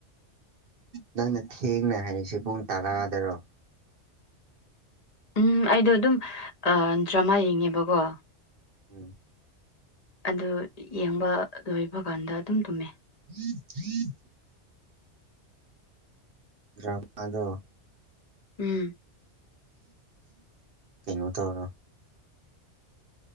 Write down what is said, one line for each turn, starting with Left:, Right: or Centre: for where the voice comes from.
Right: ꯅꯪꯅ ꯊꯦꯡꯅ ꯍꯥꯏꯔꯤꯁꯤ ꯄꯨꯡ ꯇꯔꯥꯗꯔꯣ
Left: ꯎꯝ ꯑꯩꯗꯣ ꯑꯗꯨꯝ ꯗ꯭ꯔꯃꯥ ꯌꯦꯡꯉꯦꯕꯀꯣ
Right: ꯎꯝ
Left: ꯑꯗꯨ ꯌꯦꯡꯕ ꯂꯣꯏꯕ ꯀꯥꯟꯗ ꯑꯗꯨꯝ ꯇꯨꯝꯃꯦ
Right: <unintelligible> ꯀꯔꯝꯕꯅ‌ꯣ
Left: ꯎꯝ
Right: ꯀꯩꯅꯣ ꯇꯧꯔꯣ